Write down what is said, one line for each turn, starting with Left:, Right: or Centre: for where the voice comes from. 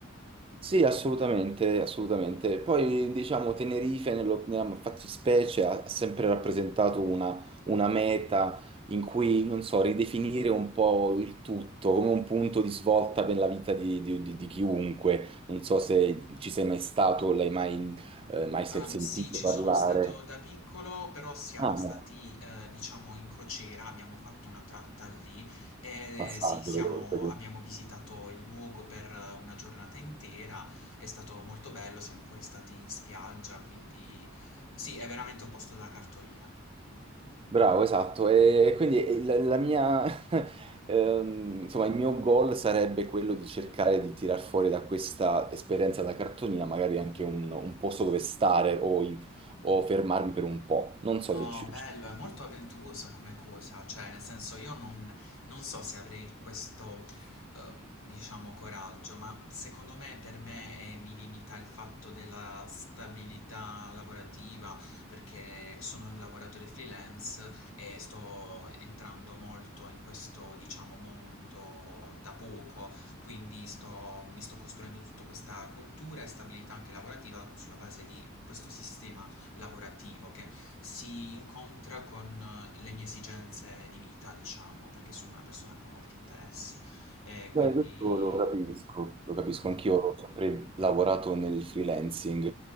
Right: Sì, assolutamente, assolutamente. Poi, diciamo, Tenerife nello- nella fattispecie ha sempre rappresentato una, una meta in cui, non so, ridefinire un po' il tutto, come un punto di svolta per la vita di, di- di- di chiunque. Non so se ci sei mai stato, o l'hai mai, eh, mai se-
Left: Ehm,
Right: sentito
Left: sì, ci
Right: parlare.
Left: sono stato da piccolo, però siamo
Right: Ah,
Left: stati,
Right: no,
Left: eh, diciamo, in crociera, abbiamo fatto una tratta lì e
Right: passaggio
Left: eh, sì, siamo-
Right: veloce.
Left: abbiamo visitato il luogo per eh, una giornata intera, è stato molto bello, siamo pure stati in spiaggia, quindi sì, è veramente un posto da cartolina.
Right: Bravo, esatto. E quindi eh, la, la mia, <laughs> ehm, insomma, il mio goal sarebbe quello di cercare di tirar fuori da questa esperienza da cartolina magari anche un, un posto dove stare o, in- o fermarmi per un po'. Non so
Left: No,
Right: se ci riuscirò.
Left: bello, è molto avventurosa come cosa, cioè nel senso io non, non so se avrei questo, ehm, diciamo, coraggio, ma secondo me per me eh, mi limita il fatto della stabilità lavorativa, perché sono un lavoratore freelance e sto entrando molto in questo, diciamo, mondo da poco, quindi sto- mi sto costruendo tutta questa cultura e stabilità anche lavorativa sulla base di questo sistema lavorativo che si incontra con eh, le mie esigenze di vita, diciamo, perché sono una persona con molti interessi e
Right: Beh,
Left: quindi
Right: questo lo capisco, lo capisco
Left: Mm-mm.
Right: anch'io, ho sempre lavorato nel freelancing,